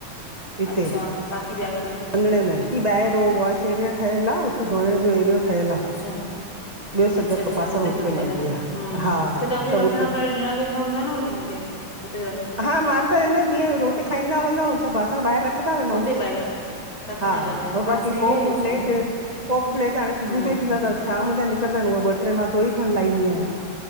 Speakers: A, on the right (about 15°); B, on the left (about 35°).
A: हिते
B: अच्छा बाक़ी ॿिया क
A: रंधिणे में की ॿाहिरि हो वॉश एरिया ठहियल आहे हुते धोइण जो एरिया ठहियलु आ
B: अच्छा
A: ॿियो सॼा
B: अच्छा अच्छा
A: बासण
B: हुते खणी वेंदा
A: मलदी
B: हु
A: आ हा हा
B: त तव्हांखे
A: सभु
B: रखणा
A: हुते
B: करे ॾणाें वेदा हूंदा न वरी हुनखे ॼिथे
A: हा मां त जीअं रोटी खाईंदा वेदांयु असां बासण ॿाहिरि रखंदा वेदांयुस
B: उते ॿाहिरि रखंदा
A: हा
B: वेंदा आहियो
A: और
B: हा
A: बाक़ी
B: सही
A: कोप
B: आहे इहो
A: प्लेट
B: छा
A: कोप प्लेट हाणे
B: हम्म
A: सुबुह जो ही थींदा तस हा मुहिंजा निकरंदा आहिनि उहा ॿ ट्रे मां धोई खणी लाहंदी आहियां